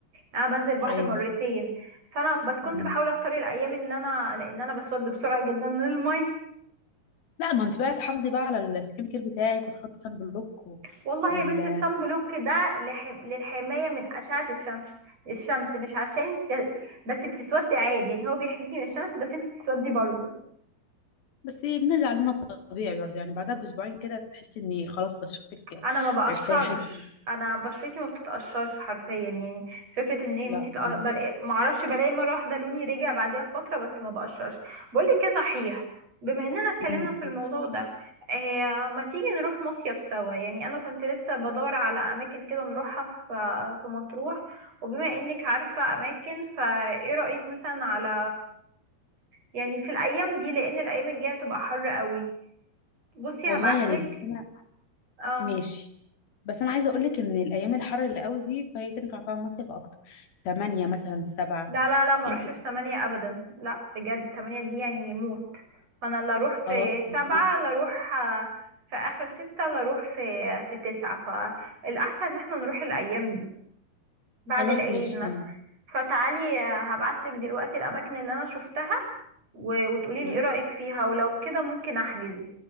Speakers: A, on the right; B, on the left.
A: انا بنزل البحر
B: ايوه
A: مرتين فانا بس كنت
B: مم.
A: بحاول اختار الايام اللي انا لان انا بسود بسرعه جدا من الميه
B: لا ما انت بقى تحافظي بقى على السكين كير بتاعك وتحطي سان بلوك و...
A: والله
B: وال
A: يا بنتي الصن بلوك ده لح... للحمايه من اشعه الشمس الشمس مش عشان ت... بس بتسودي عادي يعني هو بيحميكي من الشمس بس انت بتسودي برضه
B: بس بنرجع لنا الطبيعي برضه يعني بعدها باسبوعين كده تحسي ان خلاص بشرتك
A: انا ما بقشرش
B: ارتاحت
A: انا بشرتي ما بتتقشرش حرفيا يعني فكره ان انت
B: لا
A: تق- بلاقي ما اعرفش بلاقي مره واحده لوني رجع بعديها بفتره بس ما بقشرش بقول لك ايه صحيح بما اننا اتكلمنا
B: أمم،
A: في الموضوع ده آه ما تيجي نروح مصيف سوا يعني انا كنت لسه بدور على اماكن كده نروحها في في مطروح وبما انك عارفه اماكن فايه رايك مثلا على يعني في الايام دي لان الايام الجايه تبقى حر قوي بصي
B: والله
A: هبعتلك
B: يا ريت بس انا
A: اه
B: ماشي بس انا عايزه اقول لك ان الايام الحر اللي قوي دي فهي تنفع فيها المصيف اكتر في 8 مثلا في 7
A: لا لا لا ما
B: انت
A: اروحش في تمانية ابدا لا بجد تمانية دي يعني موت فانا لا اروح في
B: خلاص
A: سبعة
B: خلينا-
A: لا اروح آه، في اخر ستة لا اروح في آه، في تسعة فالاحسن ان احنا نروح الايام دي بعد
B: خلاص
A: العيد
B: ماشي
A: مثلا
B: تمام
A: فتعالي آه، هبعتلك دلوقتي الاماكن اللي انا شفتها و- وتقولي لي
B: أمم،
A: ايه رايك فيها ولو كده ممكن احجز